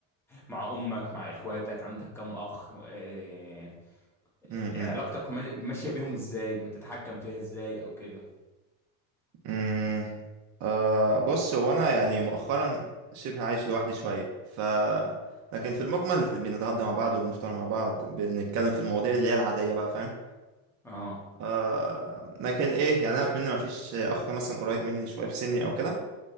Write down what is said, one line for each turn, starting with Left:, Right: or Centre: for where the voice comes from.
Centre: مع امك مع اخواتك عندك كم اخ اه...
Right: امم
Centre: آه، علاقتك ما- ماشية بيهم ازاي بتتحكم فيها ازاي او كده
Right: امم آه بص هو انا يعني مؤخرا شبه عايش لوحدي شويه ف
Centre: مم.
Right: لكن في المجمل بنتغدى مع بعض وبنفطر مع بعض بنتكلم في المواضيع اللي هي العاديه بقى فاهم
Centre: اه
Right: آه لكن ايه يعني انا كمان مفيش اخ مثلا قريب مني شويه في سني او كده